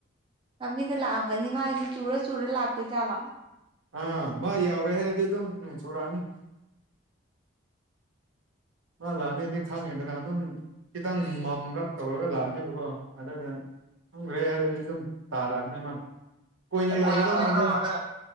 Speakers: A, on the right (about 25°); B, on the right (about 75°).
A: ꯂꯝꯕꯤꯗ ꯂꯥꯛꯑꯝꯒꯅꯤ ꯃꯥꯁꯦ ꯆꯨꯔ ꯆꯨꯔ ꯂꯥꯛꯇꯣꯏ ꯌꯥꯂ
B: ꯑꯥ ꯃꯥ ꯌꯥꯎꯔꯦ ꯍꯥꯏꯔꯗꯤ ꯑꯗꯨꯝ ꯎꯝ ꯁꯨꯔꯛꯑꯅꯤ ꯂꯂꯥꯛꯑꯅꯤꯗꯤ ꯈꯪꯉꯤꯗꯅ ꯑꯗꯨꯝ ꯈꯤꯇꯪ ꯃꯝꯂꯛ ꯇꯧꯔꯒ ꯂꯥꯛꯑꯅꯦꯕꯀꯣ ꯑꯗꯨꯗ ꯈꯪꯈ꯭ꯔꯦ ꯍꯥꯏꯔꯗꯤ ꯑꯗꯨꯝ ꯇꯔꯥꯅꯦ ꯃꯥ ꯀꯅꯦ ꯂꯥꯏꯔꯗ
A: ꯀꯨꯏꯅ ꯂꯩꯒꯗꯧ
B: ꯃꯥꯗ
A: ꯃꯥꯟꯗꯦ